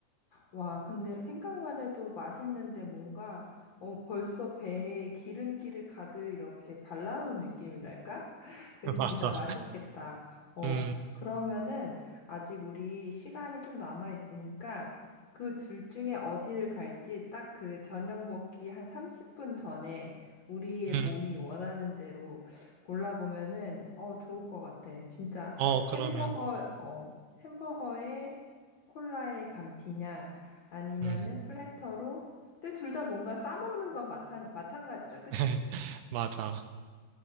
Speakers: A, on the left; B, on the right.
A: 와, 근데 생각만 해도 맛있는데 뭔가 어, 벌써 배에 기름기를 가득 이렇게 발라놓은 느낌이랄까? <laughs> 근데
B: <laughs>
A: 진짜
B: 맞아.
A: 맛있겠다. 어,
B: 음,
A: 그러면은 아직 우리 시간이 좀 남아 있으니까 그 둘 중에 어디를 갈지 딱 그 저녁 먹기 한 30분 전에 우리의
B: 음.
A: 몸이 원하는 대로 골라보면은 어, 좋을 것 같아. 진짜
B: 어, 그러면.
A: 햄버거, 어, 햄버거에 콜라에 감튀냐? 아니면은
B: 음.
A: 플래터로. 근데 둘 다 뭔가 싸먹는 건 마찬, 마찬가지다. 그치?
B: <laughs> 맞아.